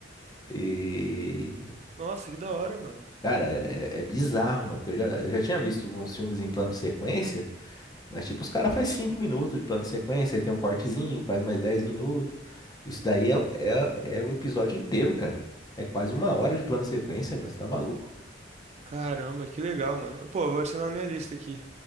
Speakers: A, on the left (about 20°); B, on the right (about 35°).
A: E.
B: Nossa, que da hora, mano.
A: Cara, é, é bizarro, mano. Que eu já, eu já tinha visto uns filmes em plano sequência. Mas, tipo, os caras faz 5 minutos de plano de sequência, aí tem um cortezinho, faz mais 10 minutos. Isso daí é, o- é, é o episódio inteiro, cara. É quase uma hora de plano de sequência, meu, você tá maluco.
B: Caramba, que legal, mano. Pô, eu vou adicionar na minha lista aqui.